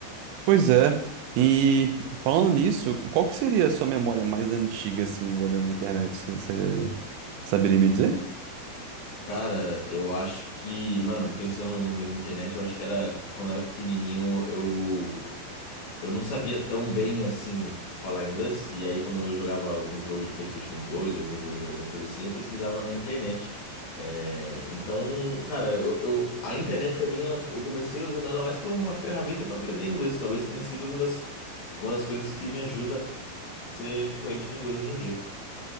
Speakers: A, on the right; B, on the left.
A: Pois é. E falando nisso, qual que seria a sua memória mais antiga, assim, envolvendo a internet? Você saberia me dizer?
B: Cara, eu acho que, mano, pensando na internet, eu acho que era quando eu era pequenininho, eu eu não sabia tão bem assim falar inglês, e aí quando eu jogava algum jogo de PlayStation 2, algum jogo de alguma coisa assim, eu pesquisava na internet. É, então, cara, eu, eu- a internet pra mim, ela- eu comecei usando ela mais como uma ferramenta pra aprender inglês. Talvez tenha sido uma das, uma das coisas que me ajuda a ser fluente no inglês hoje em dia.